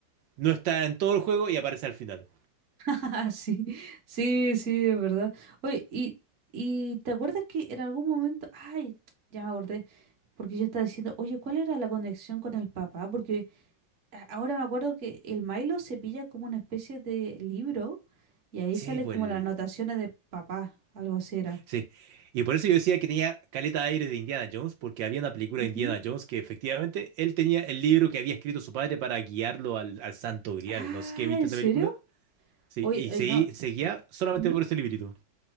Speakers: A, on the right; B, on the right.
A: no está en todo el juego y aparece al final.
B: Ah, sí, sí, sí, es verdad. Oye, y, y ¿te acuerdas que en algún momento, ay, ya me acordé, porque yo estaba diciendo, oye, ¿cuál era la conexión con el papá? Porque a- ahora me acuerdo que el Milo se pilla como una especie de libro y ahí
A: Sí,
B: salen
A: pues.
B: como las anotaciones de papá, algo así era.
A: Sí, y por eso yo decía que tenía caleta de aire de Indiana Jones, porque había una película
B: Ujú.
A: de Indiana Jones que efectivamente él tenía el libro que había escrito su padre para guiarlo al, al Santo Grial.
B: Ah,
A: No sé qué viste
B: ¿en
A: esa
B: serio?
A: película. Sí,
B: Oye,
A: y
B: oye,
A: se,
B: no.
A: se guía solamente
B: ujú.
A: por ese librito.